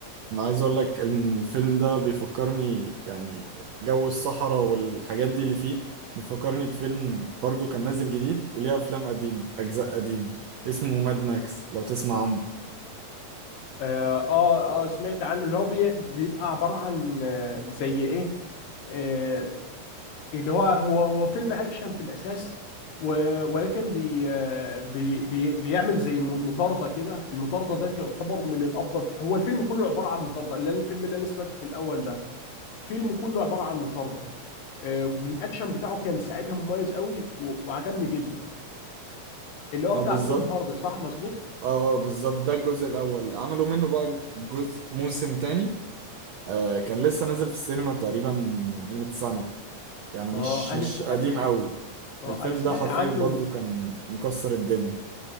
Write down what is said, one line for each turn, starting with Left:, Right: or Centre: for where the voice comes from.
Right: أنا عايز أقول لك الم- الفيلم ده بيفكرني يعني جو الصحراء والحاجات دي اللي فيه بيفكرني بفيلم برضو كان نازل جديد وليه أفلام قديمة أجزاء قديمة اسمه ماد ماكس لو تسمع عنه
Left: اه اه آه، سمعت عنه اللي هو بي- بيبقى عباره عن آه، زي ايه آه، اللي هو هو هو فيلم اكشن في الاساس و- ولكن بي بي بي بيعمل زي م- مطارده كده المطارده ده تعتبر من الافضل هو الفيلم كله عباره عن مطارده اللي أنا- الفيلم اللي انا سمعته في الاول ده فيلم كله عباره عن مطارده آه، والاكشن بتاعه كان ساعتها مميز قوي و- وعجبني جدا اللي هو
Right: اه
Left: بتاع
Right: بالظبط
Left: توم هاردي صح مظبوط
Right: اه آه، بالظبط ده الجزء الأول عملوا منه بقى جزء موسم تاني آه كان لسه نازل في السينما تقريبا من قيمة سنة يعني
Left: اه
Right: مش
Left: انا
Right: مش قديم
Left: انا
Right: قوي
Left: آه،
Right: الفيلم
Left: انا سمعت
Right: ده حرفيا
Left: عنه
Right: برضو كان مكسر الدنيا